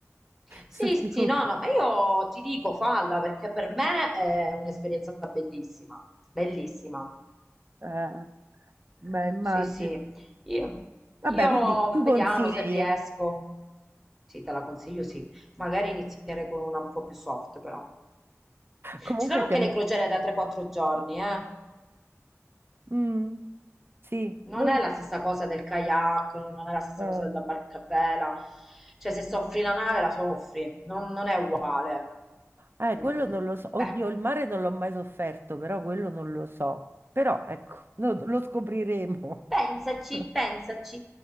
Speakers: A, in the centre; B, on the right (about 45°).
A: Sì,
B: Sono sicura.
A: sì, no, no, ma io ti dico falla perché per me è un'esperienza bellissima, bellissima.
B: Eh, beh,
A: Eh,
B: immagino.
A: sì, sì, io,
B: Vabbè,
A: io
B: quindi tu consigli.
A: vediamo se riesco. Sì, te la consiglio, sì. Magari iniziare con una un po' più soft, però. Ci
B: Comunque
A: sono anche
B: siamo...
A: le crociere da 3-4 giorni, eh.
B: Mm, Sì,
A: Non
B: non...
A: è la stessa cosa del kayak, non è la stessa
B: eh.
A: cosa della barca a vela. Cioè, se soffri la nave, la soffri. Non, non è uguale.
B: Eh,
A: Mm-mm.
B: quello non lo so.
A: Beh,
B: Oddio, il mare non l'ho mai sofferto, però quello non lo so. Però ecco, lo, lo scopriremo.
A: pensaci,
B: <laughs>
A: pensaci.